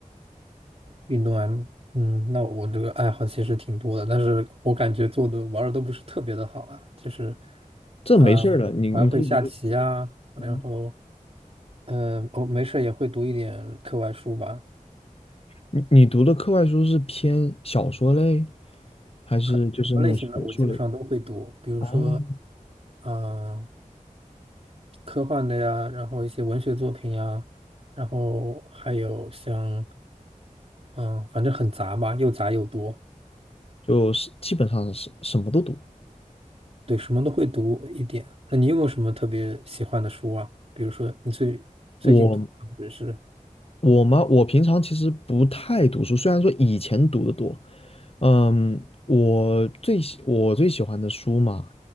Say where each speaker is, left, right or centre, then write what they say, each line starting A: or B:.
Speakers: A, on the right (about 45°); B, on the left (about 45°).
A: 运动 M，嗯，那我这个爱好其实挺多的，但是我感觉做的玩的都不是特别的好啊，就是。
B: 这没事儿的，
A: 呃，
B: 你你可以直接
A: 还会下棋啊，然后，
B: 嗯，
A: 呃，我没事儿也会读一点课外书吧，
B: 你你读的课外书是偏小说类，还是就是那种学术类的？
A: 什么类型的我基本上都会读，比如说，
B: 哦，
A: 嗯、科幻的呀，然后一些文学作品呀，然后还有像，嗯、反正很杂吧，又杂又多，
B: 就是基本上是什么都读。
A: 对，什么都会读一点。那你有没有什么特别喜欢的书啊？比如说你最最近读的，
B: 我
A: 或者是
B: 我吗？我平常其实不太读书，虽然说以前读的多。嗯，我最喜我最喜欢的书嘛，